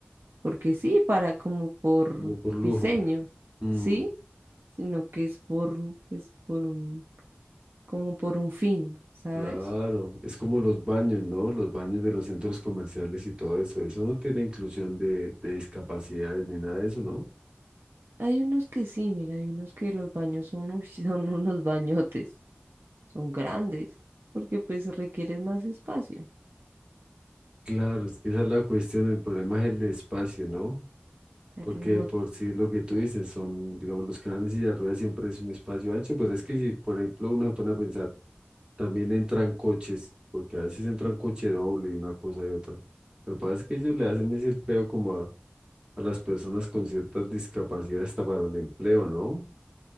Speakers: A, on the right; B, on the right.
A: porque sí, para como por
B: como por lujo.
A: diseño,
B: Mm,
A: sí, sino que es por, un- pues por un, como por un fin, ¿sabes?
B: Claro, es como los baños, ¿no? Los baños de los centros comerciales y todo eso. Eso no tiene inclusión de, de discapacidades ni nada de eso, ¿no?
A: Hay unos que sí, mira, hay unos que los baños son, uy, <laughs> son unos bañotes, son grandes, porque pues requieren más espacio.
B: Claro, es que esa es la cuestión. El problema es el espacio, ¿no?
A: pero
B: Porque
A: No
B: por si lo que tú dices son, digamos, los canales y la rueda siempre es un espacio ancho, pero es que si, por ejemplo, uno se pone a pensar, también entran coches, porque a veces entra un coche doble y una cosa y otra. Lo que pasa es que ellos le hacen ese feo como a, a las personas con ciertas discapacidades hasta para el empleo, ¿no?